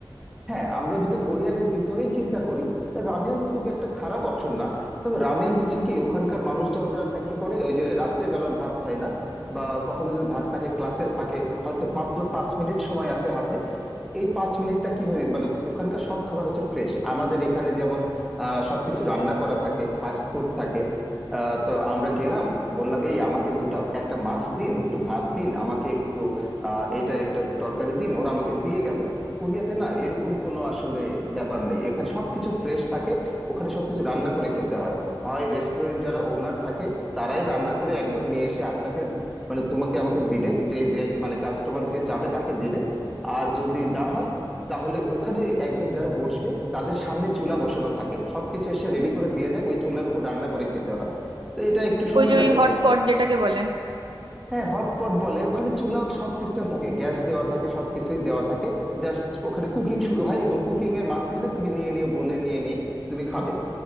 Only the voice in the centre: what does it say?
হ্যাঁ আমরা যদি কোরিয়ানের ভিতরেই চিন্তা করি তা রামিয়ন খুব একটা খারাপ অপশন না তবে রামিয়ন হচ্ছে কি ওখানকার মানুষজনরা নাকি করে ওই যে রাত্রে বেলা ভাত খায় না বা কখনো যদি ভাত না খায় ক্লাসের ফাঁকে হয়তো মাত্র পাঁচ মিনিট সময় আছে হাতে এই পাঁচ মিনিটটা কিভাবে মানে ওখানকার সব খাবার হচ্ছে ফ্রেশ আমাদের এখানে যেমন আহ সবকিছু রান্না করা থাকে ফাস্ট ফুড থাকে আহ, তো আমরা গেলাম বললাম এই আমাকে দুটো একটা মাছ দিন একটু ভাত দিন আমাকে একটু আহ এইটার একটা তরকারি দিন ওরা আমাকে দিয়ে গেল কোরিয়াতে না এরকম কোনো আসলে ব্যাপার নেই এখানে সবকিছু ফ্রেশ থাকে ওখানে সবকিছু রান্না করে খেতে হয় হয় রেস্টুরেন্ট যারা ওনার থাকে তারাই রান্না করে একদম নিয়ে এসে আপনাকে মানে তোমাকে আমাকে দিবে যে যে মানে কাস্টমার যে যাবে তাকে দিবে আর যদি না হয় তাহলে ওখানে একজন যারা বসবে তাদের সামনে চুলা বসানো থাকে সবকিছু এসে রেডি করে দিয়ে যায় ওই চুলার উপর রান্না করে খেতে হয় তো এটা একটু সময়
লাগে
হ্যাঁ হটপট বলে ওখানে চুলার সব সিস্টেম থাকে গ্যাস দেওয়া থাকে সবকিছুই দেওয়া থাকে জাস্ট ওখানে কুকিং শুরু হয় এবং কুকিং এর মাঝখানে তুমি নিয়ে নিয়ে বলে নিয়ে নিয়ে তুমি খাবে